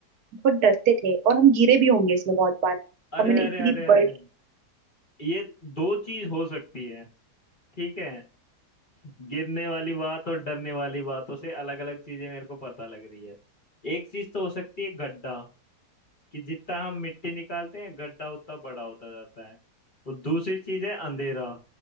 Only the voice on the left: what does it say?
अरे
अरे अरे
अरे ये दो चीज हो सकती है ठीक है <laughs> गिरने वाली बात और डरने वाली बातों से अलग अलग चीजें मेरे को पता लग रही है एक चीज तो हो सकती है गड्ढा कि जितना हम मिट्टी निकालते हैं गड्ढा उतना बड़ा होता जाता है और दूसरी चीज है अंधेरा